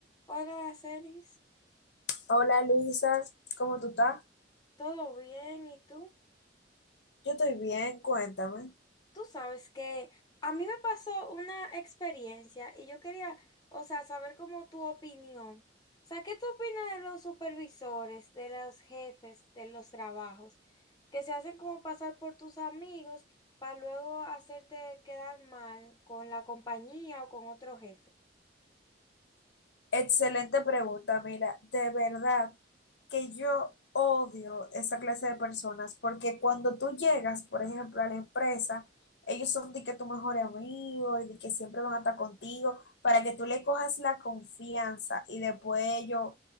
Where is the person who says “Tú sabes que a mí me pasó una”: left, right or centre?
Left